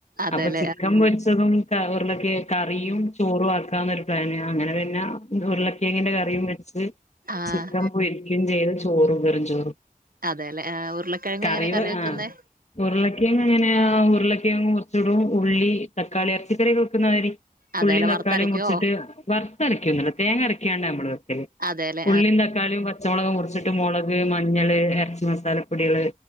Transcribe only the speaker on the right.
അതെല്ലേ
ആഹ്
അതെല്ലെ ആഹ് ഉരുളക്കിഴങ്ങ്
എങ്ങനെ കറി വെക്കുന്നെ
അതേലെ
വറുത്തരയ്ക്കോ
അതെല്ലേ